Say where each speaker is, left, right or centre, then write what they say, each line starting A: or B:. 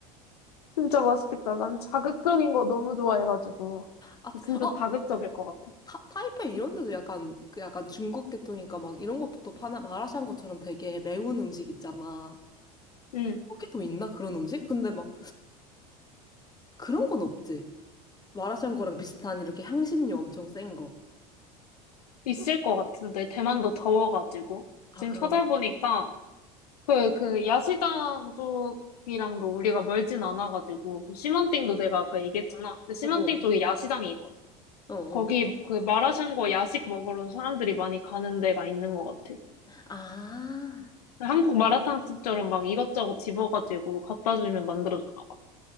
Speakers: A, on the left; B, on the left.
A: 진짜 맛있겠다. 난 자극적인 거 너무 좋아해가지고.
B: 아,
A: 진짜
B: 어,
A: 자극적일 것 같아.
B: 타, 타이페이 이런 데도 약간, 그 약간 중국 계통이니까 막 이런 것도 파나, 마라샹궈 것처럼 되게 매운 음식 있잖아.
A: 응,
B: 거기도 있나? 그런 음식? 근데 막 그런 건 없지. 마라샹궈랑 비슷한 이렇게 향신료 엄청 센 거.
A: 있을 것 같은데. 대만도 더워가지고.
B: 아,
A: 지금
B: 그런가?
A: 찾아보니까 그, 그, 야시장 쪽이랑도 우리가 멀진 않아가지고, 그 시먼띵도 내가 아까 얘기했잖아. 근데 시먼띵
B: 어어,
A: 쪽에 야시장이 있거든.
B: 어어.
A: 거기 그 마라샹궈 야식 먹으러 사람들이 많이 가는 데가 있는 것 같아.
B: 아.
A: 한국 마라탕 집처럼 막 이것저것 집어가지고 갖다 주면 만들어주나 봐.